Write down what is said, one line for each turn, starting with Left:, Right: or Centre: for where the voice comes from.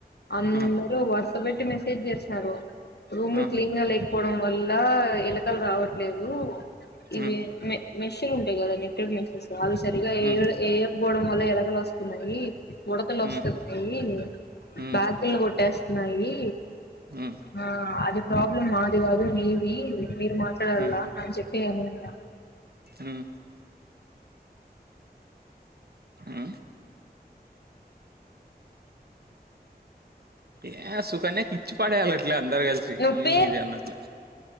Left: అందరు
Right: ఆ,
Left: వరస పెట్టి మెసేజ్ చేస్తూ సరు రూములు
Right: ఆ,
Left: క్లీన్ గా లేకపోవడం వల్ల ఎలకలు రావట్లేదు ఇవే
Right: ఉమ్,
Left: మే మెషన్ ఉంటాయి కదా మీ త్రి ప్లేస్సెస్ అ సరిగా
Right: ఉమ్,
Left: ఏ ఏ పోవడం వల్ల ఎలకలు వస్తున్నాయి ఉడతలు వస్తున్నాయి
Right: ఉమ్, ఉమ్,
Left: బ్యాగలు కొట్టేస్తున్నాయి
Right: ఉమ్,
Left: ఆ అది ప్రాబ్లం మాది కాదు మీది మీరు మాట్లాడలా
Right: ఉమ్,
Left: అని చెప్పే అనున్నా
Right: ఉమ్, ఉమ్. ఏ సుకన్యయాకిిచ్చు పడేయ ఇట్లా అందరు కలిసి
Left: నువ్వు
Right: ఏంది
Left: పేరు
Right: ఇది అన్నట్లు